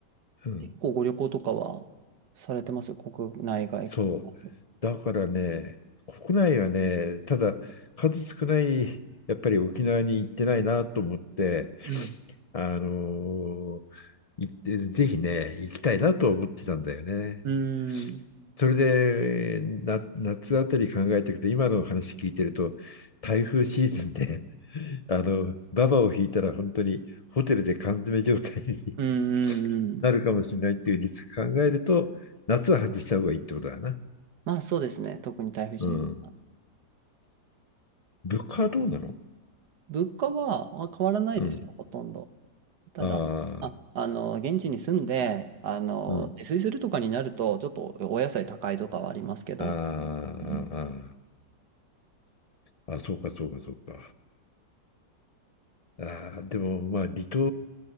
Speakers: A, on the left (about 40°); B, on the right (about 70°).
A: うん、
B: 結構ご旅行とかはされてます国内外問わず。
A: そう。だからね、国内はね、ただ数少ない、やっぱり沖縄に行ってないなと思って、
B: うん。
A: あのー行って、ぜひね、行きたいなと思ってたんだよね。
B: うん。
A: それでな夏あたり考えていくと今の話聞いてると台風シーズンであのババを引いたら本当にホテルで缶詰状態に
B: うん、うん、うん。
A: なるかもしれないっていうリスク考えると夏は外した方がいいってことだな。
B: まあそうですね。特に台風シーズン。
A: うん。物価はどうなの
B: 物価はあ変わらないですよ、
A: うん。
B: ほとんど。ただ、
A: ああ、
B: あ、あの、現地に住んで、あの、
A: うん。
B: 自炊するとかになると、ちょっとお野菜高いとかはありますけど、
A: ああ、あー
B: うん、
A: あー、あそうかそうかそうか。ああ、でもまあ離島、